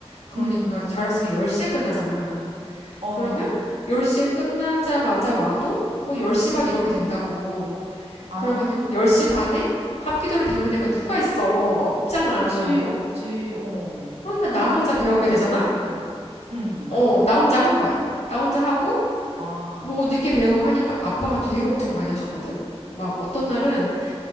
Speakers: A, on the left; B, on the right.
A: 그러니까
B: 음.
A: 자율학습이 10시에 끝나잖아.
B: 어,
A: 그러면 10시에 끝나자마자 와도 뭐 10시 반 이렇게 된다고.
B: 아,
A: 그러면은 10시 반에 합기도를 배우는 애가 누가 있어? 없잖아.
B: 그치, 없지, 어.
A: 그러니까 나
B: 그럼에도
A: 혼자
B: 불구하고
A: 배우게 되잖아?
B: 넌 등록을, 응
A: 어, 나 혼자 한 거야. 나 혼자 하고
B: 아,
A: 뭐 늦게 배우고 하니까 아빠가 되게 걱정 많이 하셨거든? 막 어떤 날은